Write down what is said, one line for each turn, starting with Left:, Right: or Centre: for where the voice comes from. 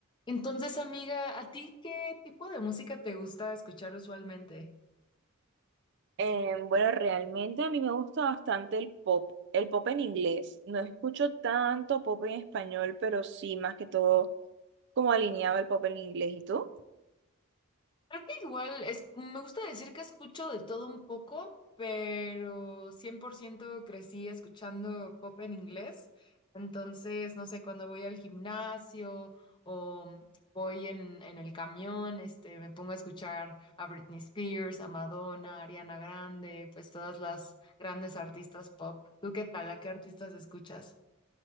Left: Entonces, amiga, ¿a ti qué tipo de música te gusta escuchar usualmente?
Right: Eh, bueno, realmente a mí me gusta bastante el pop, el pop en inglés. No escucho tanto pop en español, pero sí, más que todo, como alineado el pop en inglés. ¿Y tú?
Left: Creo que igual es, me gusta decir que escucho de todo un poco, pero 100% crecí escuchando pop en inglés. Entonces, no sé, cuando voy al gimnasio o voy en, en el camión, este, me pongo a escuchar a Britney Spears, a Madonna, a Ariana Grande, pues todas las grandes artistas pop. ¿Tú qué tal? ¿A qué artistas escuchas?